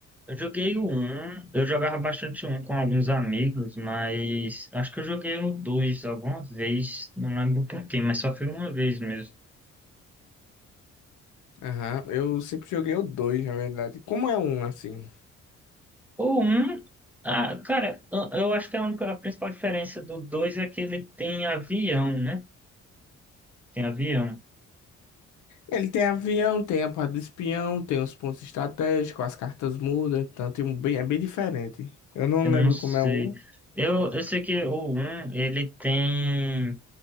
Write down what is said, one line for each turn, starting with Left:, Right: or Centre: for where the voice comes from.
Centre: Eu joguei o 1, eu jogava bastante um com alguns amigos, mas acho que eu joguei o 2 alguma vez, não lembro por quê, mas só foi uma vez mesmo.
Left: Aham, eu sempre joguei o 2 na verdade. Como é um, assim?
Centre: O um ah, cara, eu eu acho que a única, a principal diferença do 2 é que ele tem avião, né? Tem avião,
Left: Ele tem avião, tem a parte do espião, tem os pontos estratégicos, as cartas mudam, então tem um bem, é bem diferente. Eu não
Centre: eu não
Left: lembro
Centre: sei.
Left: como é um.
Centre: Eu, eu sei que o um ele tem.